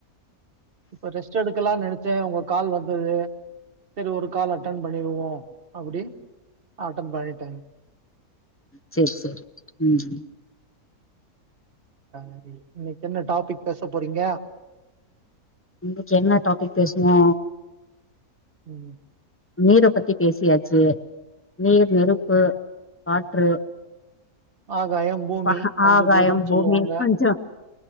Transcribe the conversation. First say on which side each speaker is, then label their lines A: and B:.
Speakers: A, on the right; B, on the left.
A: இப்ப ரெஸ்ட் எடுக்கலான் நெனச் சே உங்க கால் வந்துது சரி ஒரு கால் அட்டன் பண்ணிடுவோ அப்டி அட்டன் பண்ணிட்டேங்
B: சேரி சேரி ம்
A: சரி இன்னைக்கு என்ன டாபிக் பேச போறீங்க
B: இன்னைக்கு என்ன டாபிக் பேசுவோ
A: உம்
B: நீரை பத்தி பேசியாச்சு நீர் நெருப்பு காற்று
A: ஆகாயம் பூமி
B: ஆ
A: பஞ்சபூதம்
B: ஆகாயம்
A: சொல்லுவாங்க
B: பூமி பஞ்சோ